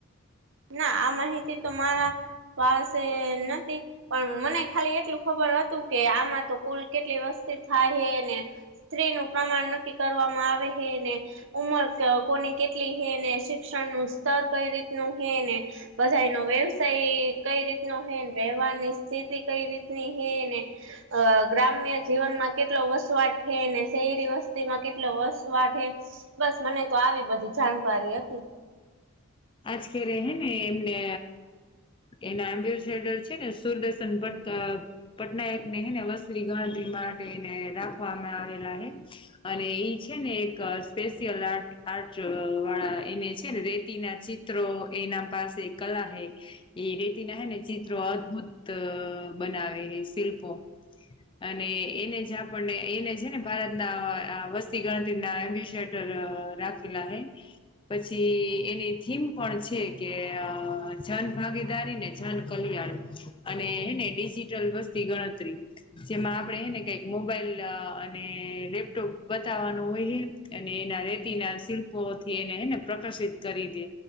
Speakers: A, on the right; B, on the left.
A: ના આ માહિતી તો મારા પાસે નથી. પણ મને ખાલી એટલું ખબર હતું કે આમાં તો કુલ કેટલી વસ્તી થાય હે ને. સ્ત્રી નું પ્રમાણ નક્કી કરવામાં આવે હે ને ઉમર કોની કેટલી હે ને શિક્ષણનું સ્તર કઈ રીતનું હે ને. બધા નો વ્યવસાય કઈ રીતનો હે વ્યવહારની સ્થિતિ કઈ રીતની હે ને. અ ગ્રામ્ય જીવનમાં કેટલો વસવાટ છે અનેને શહેરી વસ્તી માં કેટલો વસવાટ હે બસ મને તો આવી બધી જાણકારી હતી.
B: આજ કે્યારે હે ને એમને એના એમ્બેસેડર છે ને સુરદર્શન ભટકા. પટનાયક ને હે ને વસ્ત્રી ગણત્રી માટેને રાખવામાં આવેલા હૈ અને એઈ છે ને એક સ્પેશિયલ આર્ટ આર્ટ વાળા એને છે ને રે એના ચિત્રો એના પાસે કલા હૈ. એ રેતી ના હે ને ચિત્રો અદભુત બનાવે હે શિલ્પો અને એને જ આપણને એને છે ને ભારતના વસ્તી ગણતરી ના એમ્બ્યુ ર રાખેલા હૈ પછી એની થીમ પણ છે કે અ જન ભાગીદારી ને જન કલ્યાણ. અને હેને ડિજિટલ વસ્તી ગણતરી. જેમાં આપડે હે ને કઈક મોબાઈલ અને લેપટોપ બતાવવાનું હોય. અને એના રેતી ના શિલ્પોથી એને હેને પ્રકાશિત કરી દે